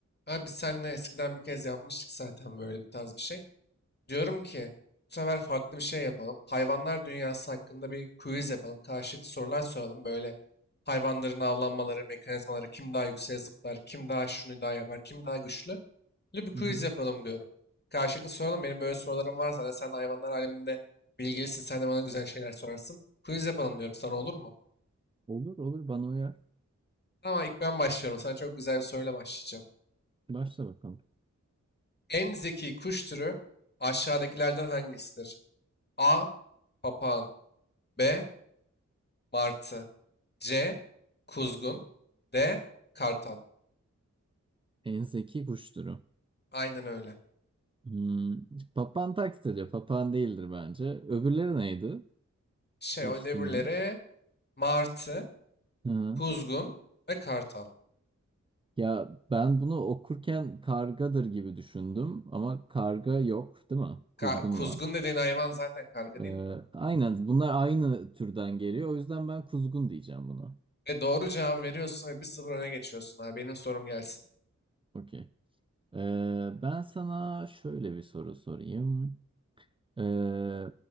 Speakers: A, on the left; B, on the right.
A: Abi biz seninle eskiden bir kez yapmıştık zaten böyle bir tarz bir şey. Diyorum ki bu sefer farklı bir şey yapalım. Hayvanlar dünyası hakkında bir quiz yapalım. Karşılıklı sorular soralım. Böyle hayvanların avlanmaları, mekanizmaları, kim daha yükseğe zıplar, kim daha şunu daha yapar, kim daha güçlü. Böyle bir quiz
B: Hı hı.
A: yapalım diyorum. Karşılıklı soralım. Benim böyle sorularım var zaten. Sen de hayvanlar aleminde bilgilisin. Sen de bana güzel şeyler sorarsın. Quiz yapalım diyorum sana olur mu?
B: Olur olur bana uyar.
A: Ama ilk ben başlıyorum. Sana çok güzel bir soruyla başlayacağım.
B: Başla bakalım.
A: En zeki kuş türü aşağıdakilerden hangisidir? A. Papağan B. Martı C. Kuzgun D. Kartal.
B: En zeki kuş türü.
A: Aynen öyle.
B: Hmm. Papağan taklit ediyor. Papağan değildir bence. Öbürleri neydi?
A: Şey
B: Karıştırmayayım.
A: o öbürleri martı,
B: Hı. hı.
A: kuzgun ve kartal.
B: Ya ben bunu okurken kargadır gibi düşündüm ama karga yok değil mi?
A: Ka-
B: Kuzgun
A: kuzgun
B: var.
A: dediğin hayvan zaten karga
B: Ee,
A: değil mi?
B: aynen bunlar aynı türden geliyor. O yüzden ben kuzgun diyeceğim buna.
A: E doğru cevabı veriyorsun ve bir 0 öne geçiyorsun. Abi benim sorum gelsin.
B: Okey. Ee, ben sana şöyle bir soru sorayım. Ee,